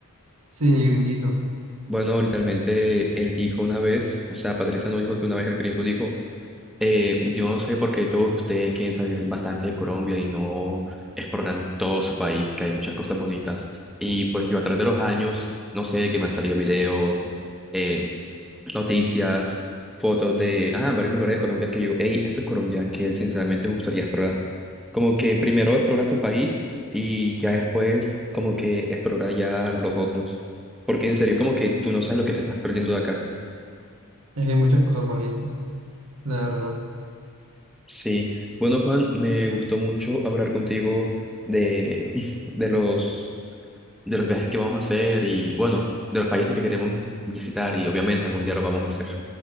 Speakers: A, on the right (about 85°); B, in the centre.
A: Sí, el gringuito.
B: Bueno, literalmente él dijo una vez, o sea, Patricia no dijo que una vez el gringo dijo. Eh, yo sé porque todos ustedes quieren salir bastante de Colombia y no exploran todo su país, que hay muchas cosas bonitas. Y pues yo a través de los años, no sé, que me han salido videos, eh, noticias, fotos de ah, varios lugares de Colombia que yo, hey, esto es Colombia, que sinceramente me gustaría explorar. Como que primero explora tu país y ya después como que explora ya los otros. Porque en serio, como que tú no sabes lo que te estás perdiendo de acá.
A: Es que hay muchas cosas bonitas, la verdad.
B: Sí, bueno Juan, me gustó mucho hablar contigo de, <laughs> de los, de los viajes que vamos a hacer y bueno, de los países que queremos visitar y obviamente algún día lo vamos a hacer.